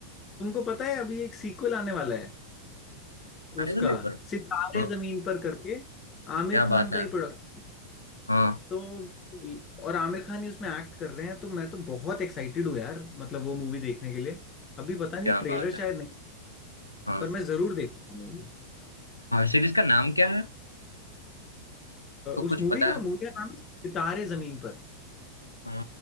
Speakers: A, on the left (about 25°); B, on the left (about 80°).
A: तुमको पता है अभी एक सीक्वल आने वाला है
B: अरे
A: उसका
B: समय पर
A: सितारे
B: हाँ
A: जमीन पर करके आमिर
B: क्या
A: खान
B: बात
A: का
B: है
A: ही प्रोडक्ट
B: हाँ
A: तो और आमिर खान ही उसमें एक्ट कर रहे हैं तो मैं तो बहुत एक्साइटेड हूँ यार मतलब वो मूवी देखने के लिए अभी पता नहीं
B: क्या
A: ट्रेलर
B: बात
A: शायद
B: है हाँ
A: पर मैं जरूर देखूंगा मूवी
B: सीरीज का नाम क्या है तो कुछ
A: उस मूवी
B: पता
A: का
B: है
A: मूवी का नाम है सितारे जमीन पर
B: अ,